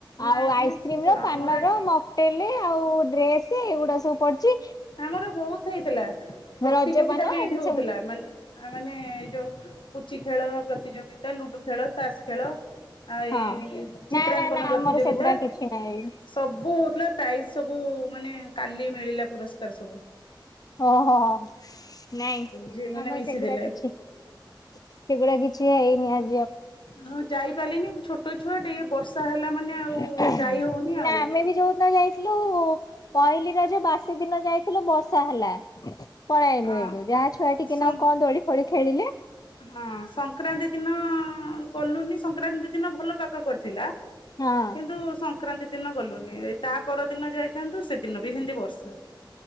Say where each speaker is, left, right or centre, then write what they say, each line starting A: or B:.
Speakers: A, on the left (about 80°); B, on the left (about 50°).
A: ନାଇଁ
B: ଆଉ
A: ନାଇଁ
B: ଆଇସ୍କ୍ରିମର, ପାନର,
A: ଆମର ଏଠି
B: ମକଟେଲ, ଆଉ ଡ୍ରେସ୍ ନ୍ତି ସେ ଏଗୁଡା ସବୁ ପଡିଛି।
A: ଆମର ବହୁତ ହେଇଥିଲା ପ୍ରତିଯୋଗିତା
B: ରଜପାନ
A: ବି ଏଇଠି
B: ଏମିତି
A: ହଉଥିଲା
B: ସବୁ
A: ମାନେ ପିଲାମାନେ, ଏଇ ଯୋଉ ପୁଚି ଖେଳ ର ପ୍ରତିଯୋଗିତା, ଲୁଡୁ ଖେଳ, ତାସ ଖେଳ, ଆ,
B: ହଁ
A: ଏଇ ଚିତ୍ରାଙ୍କନ
B: ନା ନା ନା
A: ପ୍ରତିଯୋଗିତା,
B: ଆମର ସେଗୁଡା କିଛି ନାହିଁ
A: ସବୁ ହଉଥିଲା ପ୍ରାଇଜ ସବୁ ମାନେ, କାଲି ମିଳିଲା ପୁରସ୍କା । କରେସବୁ
B: ଓହୋହୋ, ନାଇଁ,
A: ଯିଏ ମାନେ
B: ଆମର
A: ମିଶିଥିଲେ
B: ସେଗୁଡା କିଛି, ସେଗୁଡା କିଛି ସେଇ ନିଆଜ
A: ମୁଁ ଯାଇପାରିଲିନି, ମୁଁ ଛୋଟ ଛୁଆ, ଟିକେ ବର୍ଷା ହେଲା
B: <inaudible>
A: ମାନେ ଆଉ ଯାଇ ହଉନି ଆଉ
B: ନା, ଆମେ ବି ଯଉ ଦୀନ ଯାଇଥିଲୁ ଲୁ, ପହିଲି ରଜ ବାସି ଦିନ ଯାଇଥିଲୁ, ବର୍ଷା ହେଲା । ପଳେଇ ଆଇଲୁ
A: ଅଁ
B: ଏଠୁ ଗାଁ ଛୁଆ ଟିକେ,
A: ସଂ
B: କଣ ଦୋଳି ଦୋଳି ଖେଳିଲେ
A: ହଁ, ସଂକ୍ରାନ୍ତି ଦିନ ଗଲୁନି, ସଂକ୍ରାନ୍ତି ଦିନ ଭଲ ପାଗ କରିଥିଲା ।
B: ହଁ।
A: କିନ୍ତୁ, ସଂକ୍ରାନ୍ତି ଦିନ ଗଲୁନି, ତା ପରଦିନ ଯାଇ <unintelligible> ସେ ଦିନ ବି ସେମତି ବର୍ଷା